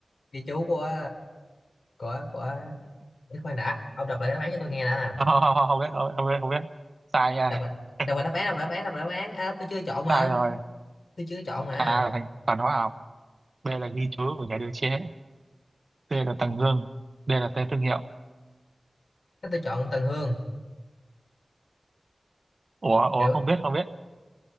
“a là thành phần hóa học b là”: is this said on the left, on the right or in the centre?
Right